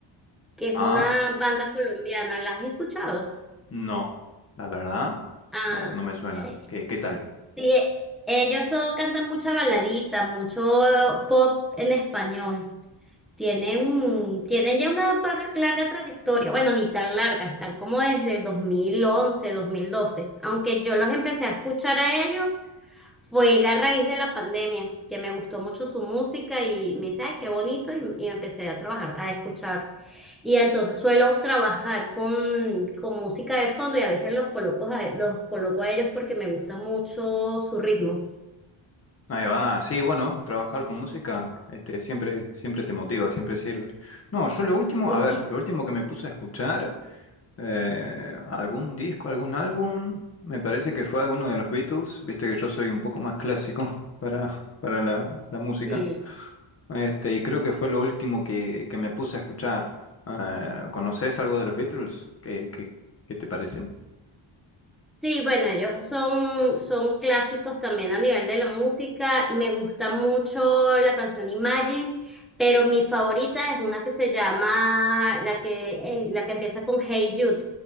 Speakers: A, in the centre; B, on the left.
A: que es
B: Ah,
A: una banda colombiana. ¿La has escuchado?
B: no, la verdad,
A: Ah,
B: no, no me suena.
A: <laughs>
B: ¿Qué, qué tal?
A: sí, ellos son- cantan mucha baladita, mucho pop en español. Tienen, tienen ya una par- larga trayectoria. Bueno, ni tan larga, están como desde el 2011, 2012. Aunque yo los empecé a escuchar a ellos Fue a raíz de la pandemia, que me gustó mucho su música y me dice, ay, qué bonito, y, y empecé a trabajar, a escuchar. Y entonces suelo trabajar con, con música de fondo y a veces los coloco a, los coloco a ellos porque me gusta mucho su ritmo.
B: Ahí va, sí, bueno, trabajar con música, este, siempre, siempre te motiva, siempre sirve. No, yo lo último,
A: Sí,
B: a ver,
A: y-
B: lo último que me puse a escuchar, eh, algún disco, algún álbum, me parece que fue alguno de los Beatles, viste que yo soy un poco más clásico <laughs> para, para la la música.
A: sí.
B: Este, y creo que fue lo último que, que me puse a escuchar. Eh, ¿conoces algo de los Beatles? ¿Qué, qué, qué te parecen?
A: Sí, bueno, ellos son, son clásicos también a nivel de la música. Me gusta mucho la canción Imagine, pero mi favorita es una que se llama, la que, eh, la que empieza con Hey Jude.